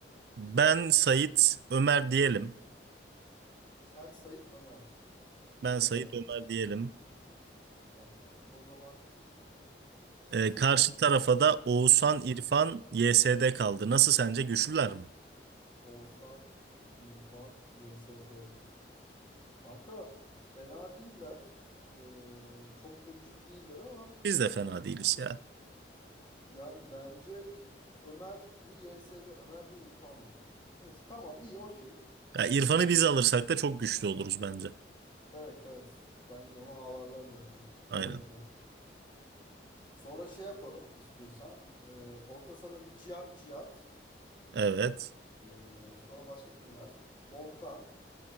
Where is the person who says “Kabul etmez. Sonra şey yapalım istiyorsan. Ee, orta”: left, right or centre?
Left